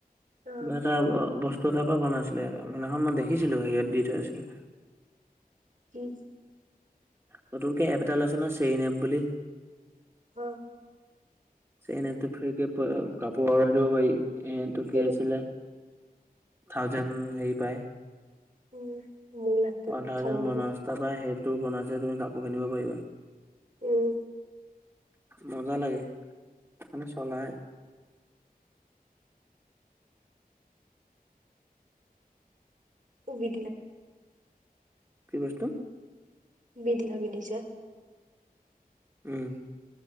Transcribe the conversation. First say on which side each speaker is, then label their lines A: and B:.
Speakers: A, on the right; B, on the right.
A: অ
B: মটা বস্ত তাৰ পৰা বনাইছিলে সিদিনাখন মই দেখিছিলো হেৰিয়ত দি থৈ থৈছিল
A: উম
B: নতুনকৈ এপ এটা ওলাইছে নহৈ চেইইন এপ বুলি
A: আহ
B: চেইন এপ টোত ফ্ৰী কে কাপোৰ অৰ্ডাৰ দিব পাৰি এটো
A: সেইটো
B: কি আছিলে থাউজেণ্ড হেৰি পায়
A: উম মোৰ লাষ্টত
B: পন্ধাজন
A: চাওমিনটো
B: বনস্থা বা সেই তোৰ বনাইছে তুমি কাপোৰ কিনিব পাৰিবা
A: উম
B: মজা লাগে মানে চলাই
A: বি
B: কি বছ্ত
A: বিদিলা বিদিছে
B: উম